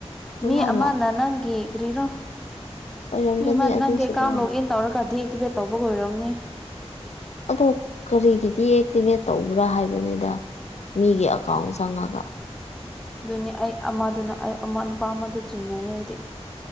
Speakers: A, on the left; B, in the centre.
A: ꯁꯨꯡꯂꯥ
B: ꯃꯤ ꯑꯃꯅ
A: ꯂꯥꯛꯇꯦ
B: ꯅꯪꯒꯤꯒ꯭ꯔꯤꯔꯣ
A: ꯑꯣꯏꯔꯝꯒꯅꯤ
B: ꯃꯤ ꯑꯃ
A: ꯑꯗꯨꯁꯨꯀꯣ
B: ꯅꯪꯒꯤ ꯑꯦꯀꯥꯎꯟ ꯂꯣꯛ ꯏꯟ ꯇꯧꯔꯒ ꯗꯤ ꯑꯦꯛꯇꯤꯚꯦꯠ ꯇꯧꯕꯒ ꯑꯣꯏꯔꯝꯅꯤ
A: ꯑꯗꯣ ꯀꯔꯤꯒꯤ ꯗꯤꯑꯦꯛꯇꯤꯚꯦꯠ ꯇꯧꯕ꯭ꯔꯥ ꯍꯥꯏꯕꯅꯤꯗ ꯃꯤꯒꯤ ꯑꯦꯀꯥꯎꯟ ꯆꯪꯉꯒ
B: ꯗꯨꯅꯦ ꯑꯩ ꯑꯃꯗꯨꯅ ꯑꯩ ꯑꯃ ꯅꯨꯄꯥ ꯑꯃꯗꯨ ꯆꯤꯡꯅꯩꯌꯦ ꯑꯩꯗꯤ